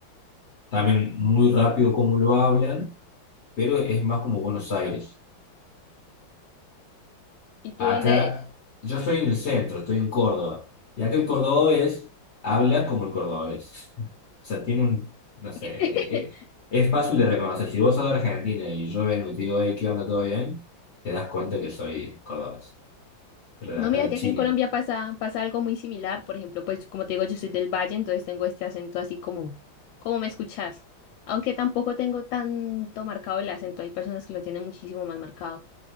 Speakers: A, on the left (about 50°); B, on the left (about 75°).
A: también muy rápido como lo hablan, pero es más como Buenos Aires.
B: ¿Y tú
A: Acá,
B: dónde eres?
A: yo estoy en el centro, estoy en Córdoba. Y acá el cordobés habla como el cordobés. <laughs> O sea, tiene un, no sé,
B: <laughs>
A: eh, eh, es fácil de reconocer. Si vos sos de Argentina y yo vengo y te digo, hey, ¿qué onda? ¿Todo bien? Te das cuenta que soy cordobés. Pero de
B: No,
A: acá
B: mira
A: a la
B: que
A: China.
B: aquí en Colombia pasa, pasa algo muy similar. Por ejemplo, pues como te digo, yo soy del Valle, entonces tengo este acento así como, como me escuchas. Aunque tampoco tengo tanto marcado el acento, hay personas que lo tienen muchísimo más marcado.